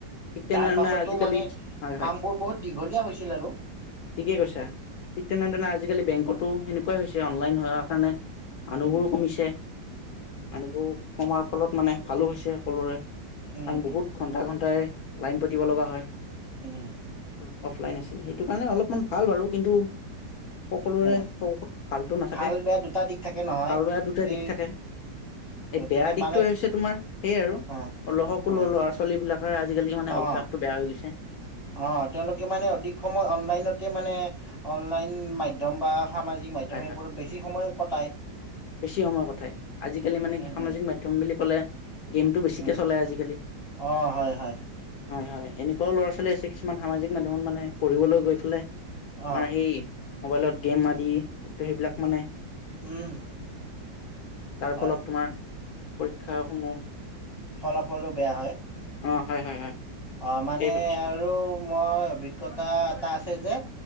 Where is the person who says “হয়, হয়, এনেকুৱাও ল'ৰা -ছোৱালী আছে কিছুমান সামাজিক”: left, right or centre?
Left